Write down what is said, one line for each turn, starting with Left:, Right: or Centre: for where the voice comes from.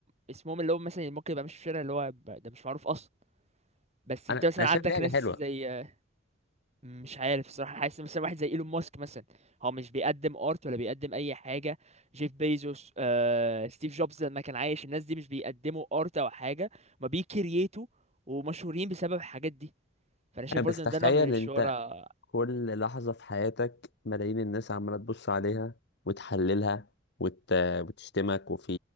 Right: واسمهم اللي هو مثلا ممكن يبقى ماشي في الشارع اللي هو ب- ده مش معروف اصلا بس انت
Left: انا
Right: مثلا
Left: انا شايف
Right: عندك
Left: دي حاجه
Right: ناس
Left: حلوه
Right: زي مش عارف الصراحه حاسس مثلا واحد زي ايلون ماسك مثلا هو مش بيقدم ارت ولا بيقدم اي حاجه جيف بيزوس آه، ستيف جوبز لما كان عايش الناس دي مش بيقدموا ارت او حاجه ما بيكرييتوا ومشهورين بسبب الحاجات دي فانا شايف
Left: أيوة
Right: برضه
Left: بس تخيل
Right: ان ده نوع من الشهره
Left: انت كل لحظة في حياتك ملايين الناس عمالة تبص عليها وتحللها وت... وتشتمك وفي